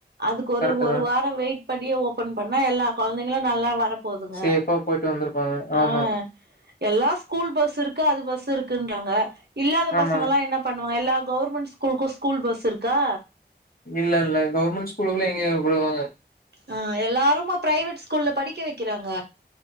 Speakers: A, on the right (about 65°); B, on the left (about 55°).
A: அதுக்கு ஒரு
B: கரெக்ட்டு
A: ஒரு
B: தா
A: வாரம் வெயிட் பண்ணி ஓபன் பண்ணா எல்லா கொழந்தைங்களும் நல்லா வரப்போதுங்க
B: சேஃபா போயிட்டு வந்திருப்பாங்க ஆமா
A: ஆ எல்லா ஸ்கூல் பஸ் இருக்கு அது பஸ் இருக்குன்றாங்க இல்லாத
B: ஆமாங்க
A: பச ங்க என்ன பண்ணுவாங்க எல்லா கவர்மெண்ட் ஸ்கூலுக்கும் ஸ்கூல் பஸ் இருக்கா
B: இல்ல இல்ல கவர்மெண்ட் ஸ்கூலும் எங்க விடுவாங்க
A: ஆ எல்லாருமா பிரைவேட் ஸ்கூல்ல படிக்க வைக்கிறாங்க